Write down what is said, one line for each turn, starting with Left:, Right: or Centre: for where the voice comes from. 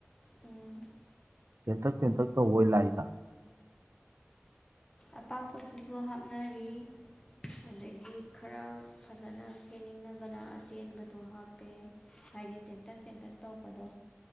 Left: ꯎꯝ꯫
Right: ꯇꯦꯟꯇꯛ ꯇꯦꯟꯇꯛ ꯇꯧꯕꯑꯣꯏ ꯂꯥꯛꯏꯗ꯫
Left: ꯑꯄꯥꯛꯄꯗꯨꯁꯨ ꯍꯥꯞꯅꯔꯤ꯫ ꯑꯗꯒꯤ ꯈꯔ ꯐꯖꯅ ꯀꯦꯟꯅꯤꯡꯉꯒꯅ ꯑꯇꯦꯟꯕꯗꯣ ꯍꯥꯞꯄꯦ꯫ ꯍꯥꯏꯗꯤ ꯇꯦꯟꯇꯛ ꯇꯦꯟꯇꯛ ꯇꯧꯕꯗꯣ꯫